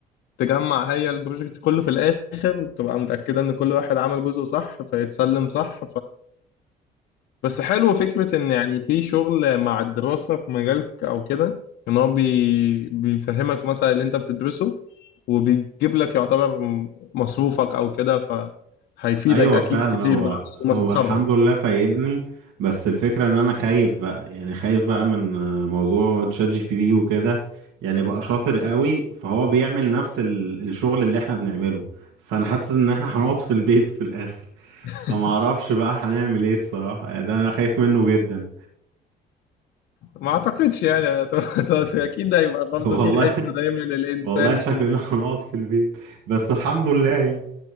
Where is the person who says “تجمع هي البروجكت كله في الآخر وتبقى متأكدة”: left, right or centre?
Left